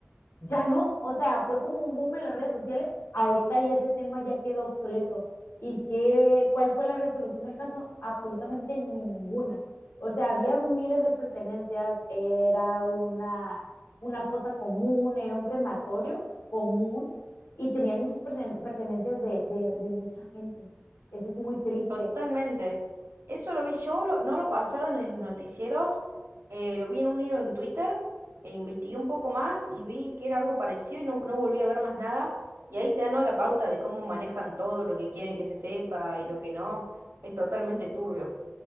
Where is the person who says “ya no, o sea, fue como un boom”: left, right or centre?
Left